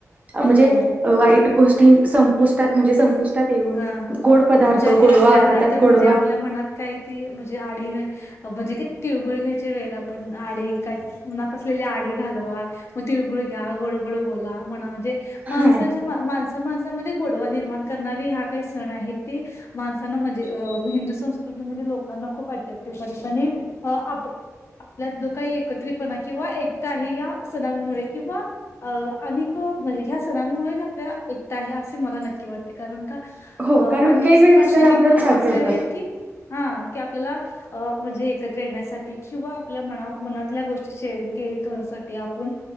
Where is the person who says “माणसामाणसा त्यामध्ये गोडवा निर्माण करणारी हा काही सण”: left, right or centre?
Left